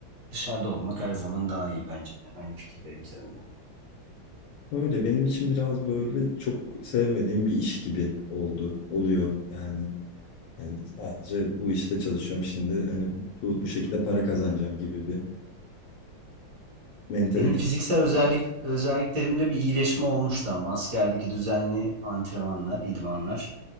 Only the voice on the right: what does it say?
dışarıda olmak her zaman daha iyi bence de. Aynı fikirdeyim seninle.
Benim fiziksel özellik özelliklerimde bir iyileşme olmuştu ama askerdeki düzenli antrenmanlar, idmanlar